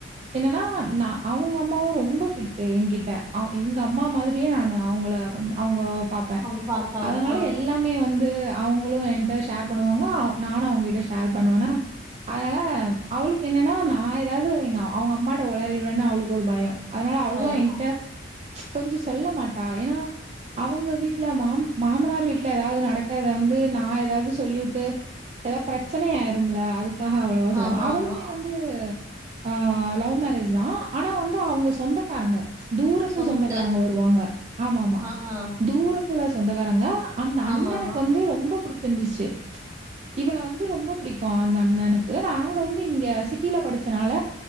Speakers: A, on the right; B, on the right.
A: என்னன்னா நா அவங்க அம்மாவு ரொம்ப ஃபிட்டு என்கிட்ட அவ எங்க அம்மா மாதிரியே நானு அவங்கள வந்து அவுங்கோ பாப்பே
B: அப்டி பாக்குறாங்க
A: அதனால
B: ஆ
A: எல்லாமே வந்து அவங்களு என்ட ஷேர் பண்ணுவாங்க நானு அவங்கிட்ட ஷேர் பண்ணுவேனா அதனால அவளுக்கு என்னன்னா நா ஏதாது எங்க அவங்க அம்மாட்ட உளறிடுவேன்னு அவளுக்கு ஒரு பயோ அதனால அவ்வளவா
B: பயோ
A: எங்கிட்ட ச்சு கொஞ்சோ சொல்ல மாட் டா ஏனா அவங்க வீட்டு்ல மாம் மாமனார் வீட்டு்ல ஏதாது நடக்கறத வந்து நா ஏதாது சொல்லிவுட்டு ஏதாது பிரச்சனை ஆயிரும்ல அதுக்காக அவ்வளவா சொல்லமா
B: ஆமா
A: அவளுமே
B: ஆமா
A: வந்து ஆ லவ் மேரேஜ்தா ஆனா வந்து அவங்க சொந்தக்காரங்க ச்சு தூரத்து
B: சொந்தத்துல
A: சொந்தக்காரங்க வரும் வாங்க ஆமா ஆமா
B: ஆ ஆ
A: தூரத்துல சொந்தக்காரங்க அந்த அண்ணனுக்கு
B: ஆமா ஆமா
A: வந்து ரொம்ப புடிச்சிருந்துச்சு ச்சு இவள வந்து ரொம்ப புடிக் கோ அந்த அண்ணனுக்கு அவங்க வந்து இங்க சிட்டியில படிச்சனால